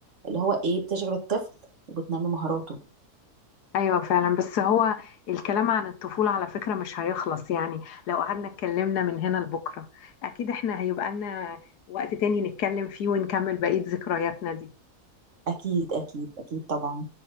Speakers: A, on the right (about 50°); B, on the left (about 80°).
A: اللي هو ايه بتشغل الطفل وبتنمي مهاراته
B: ايوه فعلا بس هو الكلام عن الطفولة على فكرة مش هيخلص يعني لو قعدنا اتكلمنا من هنا لبكرة اكيد احنا هيبقى لنا وقت تاني نتكلم فيه ونكمل بقية ذكرياتنا دي
A: أكيد أكيد أكيد طبعا